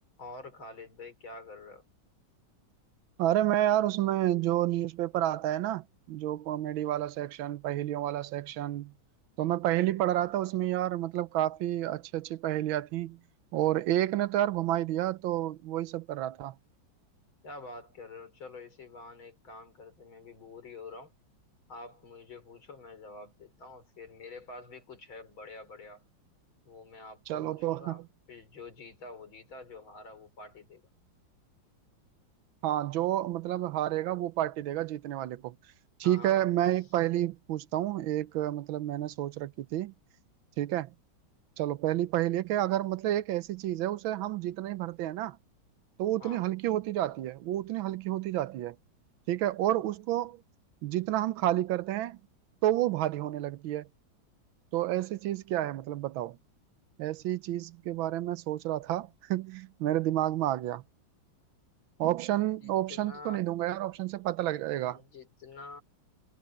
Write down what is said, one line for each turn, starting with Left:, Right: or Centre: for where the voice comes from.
Left: और खालिद भाई क्या कर रहे हो
Right: अरे मैं यार उसमें जो न्यूज़पेपर आता है ना जो कॉमेडी वाला सेक्शन पहेलियों वाला सेक्शन तो मैं पहेली
Left: हाँ
Right: पढ़ रहा था उसमें यार मतलब काफी अच्छी अच्छी पहेलियां थी और एक ने तो यार घुमा ही दिया तो वही सब कर रहा था
Left: क्या बात कर रहे हो चलो इसी बहाने एक काम करते हैं, मैं भी बोर ही हो रहा हूँ आप मुझे पूछो मैं जवाब देता हूँ फिर मेरे पास भी कुछ है बढ़िया बढ़िया वो मैं आपको
Right: चलो
Left: पूछूंगा
Right: तो <laughs>
Left: फिर जो जीता वो जीता जो हारा वो पार्टी देगा
Right: हाँ जो मतलब हारेगा वो पार्टी देगा जीतने वाले को ठीक
Left: हाँ हाँ
Right: है
Left: ऑफ
Right: मैं
Left: कोर्स
Right: एक पहेली पूछता हूँ एक मतलब मैंने सोच रखी थी ठीक है चलो पहली पहेली है कि अगर मतलब एक ऐसी चीज है उसे हम जितना ही भरते हैं ना तो वो उतनी
Left: हाँ
Right: हल्की होती जाती है वो उतनी हल्की होती जाती है ठीक है और उसको जितना हम खाली करते हैं तो वो भारी होने लगती है तो ऐसी चीज क्या है मतलब बताओ ऐसी चीज के बारे में सोच रहा था <laughs> मेरे दिमाग में आ गया ऑप्शन
Left: जितना
Right: ऑप्शन तो नहीं दूंगा यार ऑप्शन से पता लग जाएगा
Left: जितना